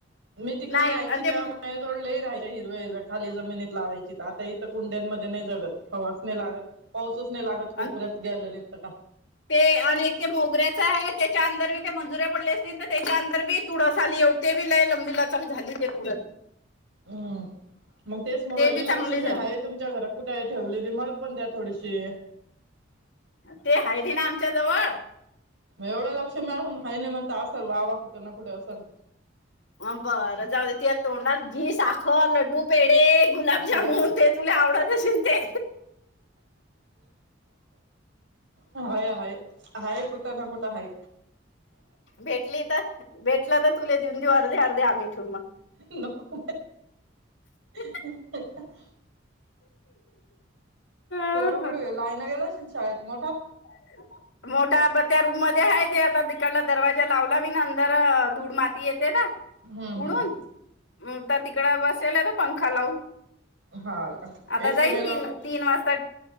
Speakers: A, on the right; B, on the left.
A: मी तिकड
B: नाही
A: राहायची
B: आणि ते
A: तेव्हा मा जोड राहाय हिरव्या हिर्या खाली जमिनीत लावायची तर आता इथं कुंड्यांमध्ये नाही जगत हवाच नाही लागत पाऊसच नाही लागत कोपऱ्यात
B: अन
A: गॅलरीत तर का
B: ते अनेक ते मोगऱ्याच आहे त्याच्या अंदर बी ते मंजुरे पडले असतील तर त्याच्या अंदर बी तुडसाली एव ते वि लाय लंबीला चलक झाली ते त उर
A: हम् मग तेच मोरली
B: ते बी चांगली
A: लक्ष्मी
B: झाली
A: आहे तुमच्या घरा कुठही ठेवले त मल पण द्या थोडीशी
B: ते हाड आहे ना आमच्या जवळ
A: मग एवढं लक्ष मिळाून हा नाही म्हणत असल वा वा कुठे ना कुठे असेल
B: अ बरं जाऊ देेति या तोंडाात घी साखर लड्डू पेडे गुलाबजामन
A: सगळं
B: ते तुला आवडतशल ते
A: हय आहेय आहेाय गुठ नाकुठ आहेाय
B: भेटली तर भेटला तर तुला देऊन देऊ अर्धे अर्धे आ् मिठू मग
A: नको
B: मग
A: ह
B: हं
A: तो रकड लायन गेला शिन शाळेत मोठा
B: अ मोठा ब त्या रूम मध्ये आहे ते आता तिकडला दरवाजा लावला मी ना अंदर धूड माती येते ना
A: हम्म हम्म
B: उडूनता तिकड बसायला आहे तो पंखा लावून
A: हा का
B: आता
A: एसी
B: जाईन
A: ने
B: तीन
A: लावला
B: तीन वाजता